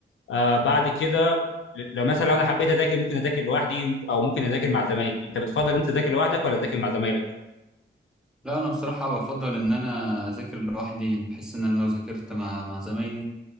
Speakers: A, on the left; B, in the centre.
A: آه بعد كده لو مثلا لو انا حبيت اذاكر ممكن اذاكر لوحدي او ممكن اذاكر مع زمايلي انت بتفضل انت تذاكر لوحدك ولا تذاكر مع زمايلك
B: لا انا بصراحه بفضل ان انا اذاكر لوحدي بحس ان انا لو ذاكرت مع مع زمايلي